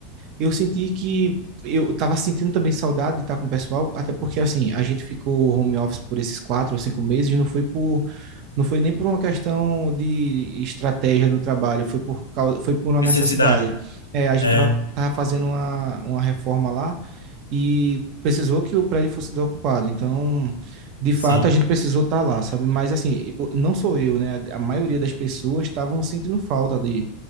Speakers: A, on the right; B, on the left.
A: eu senti que eu tava sentindo também saudade de estar com o pessoal, até porque assim, a gente ficou home office por esses quatro ou cinco meses, não foi por, não foi nem por uma questão de estratégia do trabalho, foi por causa, foi por uma
B: Necessidade.
A: necessidade. É, a gente
B: É,
A: tava, tava fazendo uma, uma reforma lá e precisou que o prédio fosse desocupado, então de fato
B: sim.
A: a gente precisou estar lá, sabe? Mas assim, eu- não sou eu, né? A, a maioria das pessoas estavam sentindo falta de,